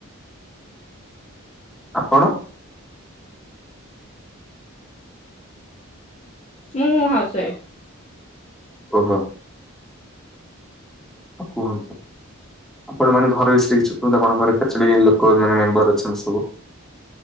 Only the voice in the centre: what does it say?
ଆପଣ?
ଓହୋ। ଆଉ କୁହନ୍ତୁ? ଆପଣ ମାନେ ଘର ବିଷୟରେ କିଛି କୁହନ୍ତୁ। ଆପଣ ଘରେ କେତେ ଯଣ ଲୋକ ମାନେ ମେମ୍ବର ଅଛନ୍ତି ସବୁ?